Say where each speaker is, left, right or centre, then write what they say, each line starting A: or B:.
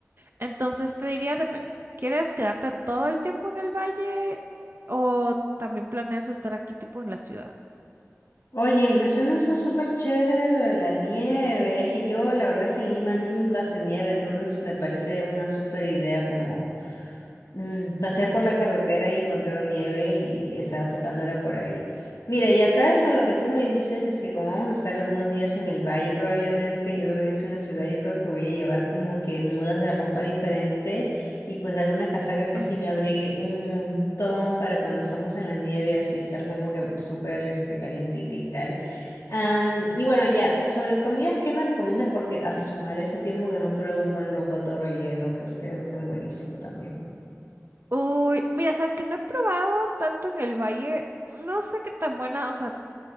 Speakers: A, on the right; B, on the left.
A: Entonces te diría, depende. ¿Quieres quedarte todo el tiempo en el valle o también planeas estar aquí tipo en la ciudad?
B: Oye, me suena eso súper chévere lo de la nieve. Es que yo la verdad es que en Lima nunca hace nieve, entonces me parece una súper idea como Mm, pasear por la carretera y encontrar nieve y estar tocándola por ahí. Mira, ya sabes, lo, lo que tú me dices es que como vamos a estar algunos días en el valle probablemente y otros días en la ciudad, yo creo que voy a llevar como que mudas de ropa diferente y pues alguna casaca que
A: Ajá.
B: así me abrigue un montón para cuando estamos en la nieve, así estar como que súper este, calientita y tal. Am, y bueno, ya, sobre comidas, ¿qué me recomiendas? Porque a sumar ese tiempo que no pruebo un buen rocoto relleno que ustedes hacen buenísimo también.
A: Uy, mira, sabes que no he probado tanto en el valle, no sé qué tan buena, o sea,